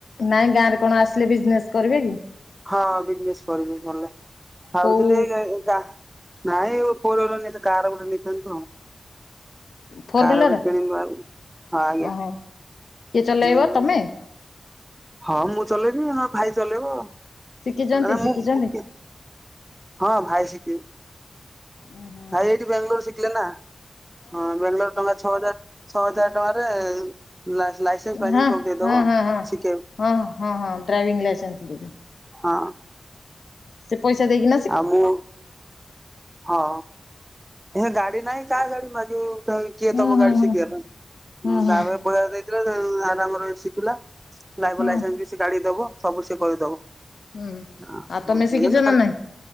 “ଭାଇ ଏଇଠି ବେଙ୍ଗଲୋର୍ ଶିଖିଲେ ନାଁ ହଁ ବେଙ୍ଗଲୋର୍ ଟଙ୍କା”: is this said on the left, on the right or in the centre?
Right